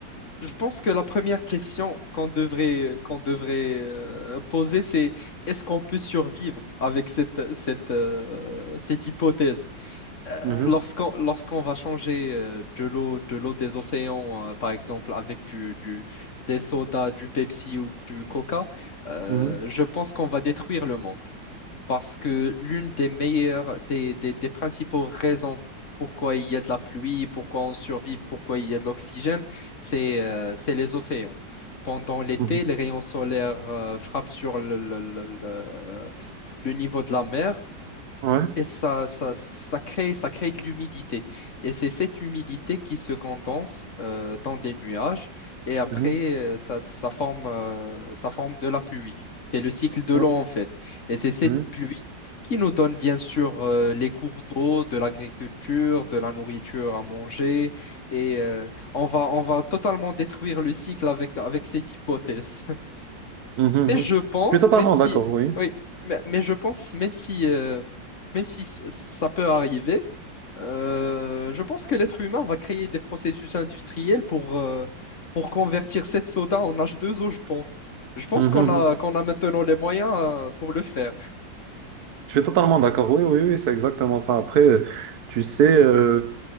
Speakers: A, on the left; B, on the right.
A: Je pense que la première question qu'on devrait, qu'on devrait euh, poser, c'est est-ce qu'on peut survivre avec cette, cette, euh, cette hypothèse? Euh,
B: Mhm,
A: lorsqu'on, lorsqu'on va changer euh, de l'eau, de l'eau des océans, euh, par exemple, avec du, du- des sodas, du Pepsi ou du Coca, euh,
B: mhm,
A: je pense qu'on va détruire le monde parce que l'une des meilleures, des, des, des principaux raisons pourquoi il y a de la pluie, pourquoi on survit, pourquoi il y a de l'oxygène, c'est euh, c'est les océans. Pendant l'été,
B: mhm.
A: les rayons solaires euh, frappent sur le, le, le, le- le niveau de la mer
B: Ouais.
A: et ça, ça, ça crée, ça crée de l'humidité. Et c'est cette humidité qui se condense euh, dans des nuages et après,
B: mhm,
A: euh, ça, ça forme, euh, ça forme de la pluie. C'est le cycle de
B: ouais,
A: l'eau en fait. Et c'est cette
B: mhm.
A: pluie qui nous donne bien sûr euh, les cours d'eau, de l'agriculture, de la nourriture à manger. Et euh, on va, on va totalement détruire le cycle avec, avec cette hypothèse.
B: Mhm,
A: Mais
B: mhm.
A: je pense,
B: Je suis totalement
A: même si,
B: d'accord, oui.
A: oui, mais, mais je pense, même si, euh, même si c- ça peut arriver, euh, je pense que l'être humain va créer des processus industriels pour, euh, pour convertir cette soda en H2O, je pense. Je pense
B: Mhm,
A: qu'on a,
B: mhm.
A: qu'on a maintenant les moyens, euh, pour le faire.
B: Je suis totalement d'accord, oui, oui, oui, c'est exactement ça. Après, euh, tu sais, euh,